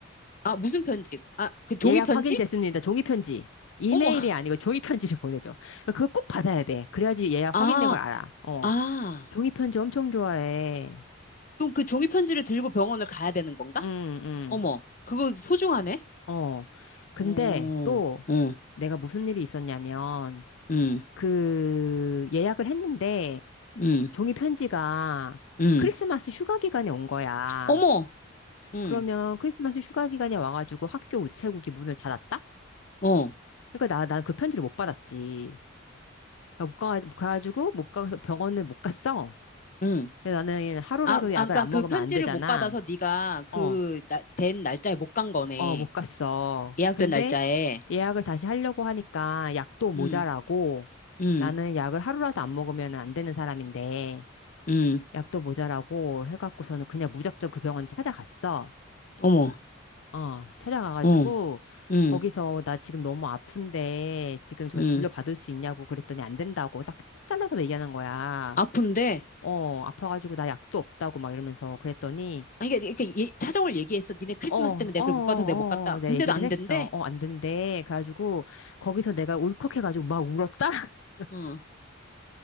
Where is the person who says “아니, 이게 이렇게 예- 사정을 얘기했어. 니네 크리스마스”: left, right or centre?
Left